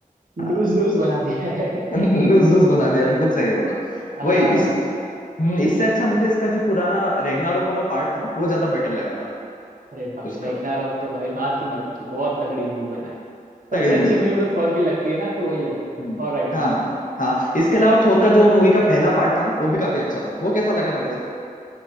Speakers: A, on the right; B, on the left.
A: लूज
B: हाँ
A: लूज बना दिया है <laughs>
B: लूज लूज बना दिया
A: ऐसा
B: बिल्कुल सही बोला
A: आ,
B: वही इस हम्म, इससे अच्छा मुझे इसका जो पुराना रेगनारोक वाला पार्ट था ना वो ज्यादा बेटर लगा था
A: अरे भाई
B: उसका
A: रैग्नारॉक तो भाई बात ही मत पूछो बहुत तगड़ी मूवी बनाई
B: तगड़ी
A: सबसे अच्छी
B: मूवी
A: मूवी
B: बनी
A: मेरे
B: थी
A: को थॉर की लगती है ना तो वही लगती है
B: हम्म
A: थॉर रैग्नारॉक
B: हाँ हाँ इसके अलावा थोर का जो मूवी का पहला पार्ट था ना वो भी काफी अच्छा था वो कैसा लगा था वैसे